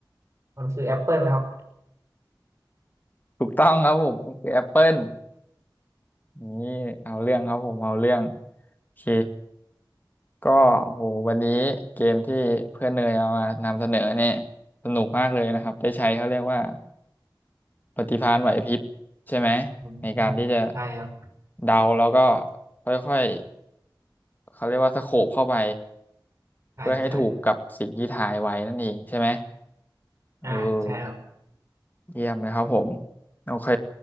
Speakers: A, on the right; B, on the left.
A: มันคือแอปเปิลครับ
B: ถูกต้องครับผมมันคือแอปเปิลนี่เอาเรื่องครับผมเอาเรื่องโอเคก็โหวันนี้เกมที่เพื่อนเนยเอามานำเสนอเนี่ยสนุกมากเลยนะครับได้ใช้เขาเรียกว่าปฏิภาณไหวพริบใช่ไหม
A: อืม
B: ในการที่จะ
A: ใช่ครับ
B: เดาแล้วก็ค่อยๆเขาเรียกว่าสโคปเข้าไป
A: ใช่ใช่
B: เพื่อให้ถูกกับสิ่งที่ทายไว้นั่นเองใช่ไหมเออ
A: อ่าใช่ครับ
B: เยี่ยมเลยครับผม โอเค